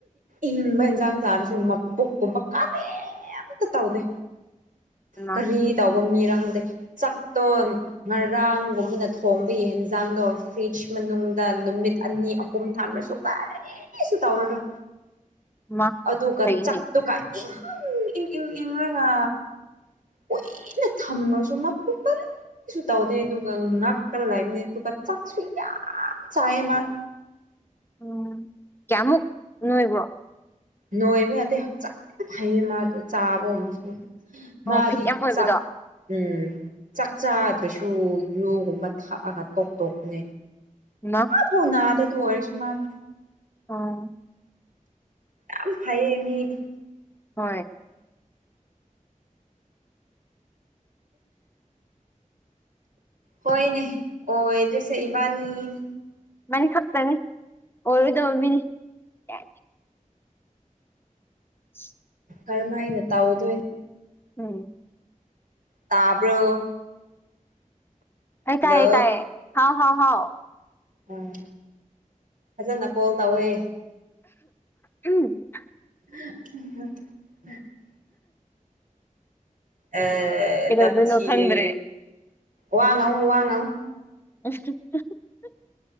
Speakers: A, on the right; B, on the left.
A: ꯏꯪꯕ ꯏꯟꯁꯥꯡ ꯆꯥꯔꯁꯨ ꯃꯄꯨꯛꯀꯨꯝꯕ ꯀꯔꯤꯝꯇ ꯇꯧꯗꯦ
B: ꯃꯥ
A: ꯀꯔꯤ ꯇꯧꯕ ꯃꯤꯔ ꯈꯪꯗꯦ ꯆꯥꯛꯇꯣ ꯉꯔ ꯔꯥꯡꯒꯨꯝꯕꯅ ꯊꯣꯡꯕꯒꯤ ꯍꯤꯟꯖꯥꯡꯗꯣ ꯐ꯭ꯔꯤꯖ ꯃꯅꯨꯡꯗ ꯅꯨꯃꯤꯠ ꯑꯅꯤ ꯑꯍꯨꯝ ꯊꯝꯔꯁꯨ ꯀꯔꯤ ꯔꯤꯁꯨ ꯇꯧꯔꯔꯣꯏ
B: ꯃꯥ
A: ꯑꯗꯨꯒ
B: ꯐꯩꯅꯦ
A: ꯆꯛꯇꯨ ꯀꯥꯏ ꯏꯪꯪ ꯏꯪ ꯏꯪ ꯏꯪꯔꯒ ꯀꯨꯏꯅ ꯊꯝꯔꯁꯨ ꯃꯄꯨ ꯀꯔꯤ ꯁꯨ ꯇꯧꯗꯦ ꯑꯗꯨꯒ ꯉꯛ ꯇꯔ ꯂꯩꯕꯅꯦ ꯑꯗꯨꯒ ꯆꯥꯛꯁꯨ ꯌꯥꯝ ꯆꯥꯏꯌꯦ ꯃꯥ
B: ꯎꯝ ꯀꯌꯥꯃꯨꯛ ꯅꯣꯏꯕ꯭ꯔꯣ
A: ꯅꯣꯏꯕ ꯅꯠꯇꯦ ꯍꯛꯆꯥꯡ ꯌꯝ ꯐꯩꯌꯦ ꯃꯥꯗꯤ ꯆꯥꯕꯒꯨꯝꯕꯁꯨ
B: ꯑꯣ
A: ꯃꯥꯗꯤ
B: ꯐꯤꯠ ꯌꯥꯝ ꯑꯣꯏꯕꯗꯣ
A: ꯆꯥꯛ ꯎꯝ ꯆꯥꯛ ꯆꯥꯗ꯭ꯔꯁꯨ ꯌꯨꯒꯨꯝꯕ ꯊꯛꯑꯒ ꯇꯣꯛ ꯇꯣꯛꯄꯅꯦ
B: ꯃꯥ
A: ꯍꯨ ꯅꯥꯗꯦ ꯗꯨꯑꯣꯏꯔꯁꯨ ꯃꯥꯗꯤ
B: ꯑꯣ
A: ꯌꯥꯝ ꯐꯩꯌꯦ ꯃꯤꯗꯤ
B: ꯍꯣꯏ
A: ꯍꯣꯏꯅꯦ ꯑꯣꯏꯗꯔ꯭ꯤꯁꯦ ꯏꯕꯥꯅꯤꯅꯤ
B: ꯏꯕꯥꯅꯤ ꯈꯛꯇꯅꯤ ꯑꯣꯏꯔꯣꯏꯗꯕ ꯃꯤꯅꯤ ꯌꯥ <inaudible>
A: ꯀꯔꯝ ꯍꯥꯏꯅ ꯇꯧꯗꯣꯏ
B: ꯎꯝ
A: ꯇꯥꯕꯔꯣ
B: ꯑꯩ
A: ꯍꯜꯂꯣ
B: ꯇꯥꯏꯌꯦ ꯇꯏꯌꯦ ꯍꯥꯎ ꯍꯥꯎ ꯍꯥꯎ
A: ꯎꯝ ꯐꯖꯅ ꯀꯣꯜ ꯇꯧꯋꯦ
B: ꯎꯝ
A: <inaudible> ꯑꯦ
B: ꯀꯩꯗꯧꯗꯣꯏꯅꯣ
A: ꯅꯝꯊꯤꯌꯦ
B: ꯈꯪꯗ꯭ꯔꯦ
A: ꯋꯥꯉꯥꯡꯉꯨ ꯋꯥꯉꯥꯡꯉꯨ
B: <inaudible>